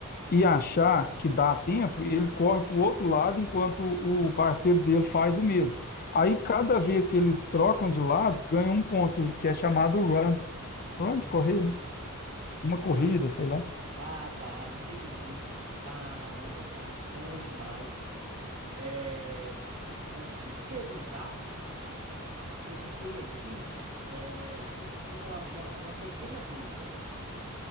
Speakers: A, on the left (about 45°); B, on the right (about 85°).
A: e achar que dá tempo, ele corre para o outro lado enquanto o parceiro dele faz o mesmo. Aí cada vez que eles trocam de lado, ganha um ponto, que é chamado run.
B: Hum,
A: Pronto, correr, né? Uma corrida,
B: tá.
A: sei lá.
B: Ah, tá, entendi. Caramba, bacana demais. É, mas deixa eu te perguntar. eu fiquei aqui é, com, com uma, uma, uma pequena dúvida.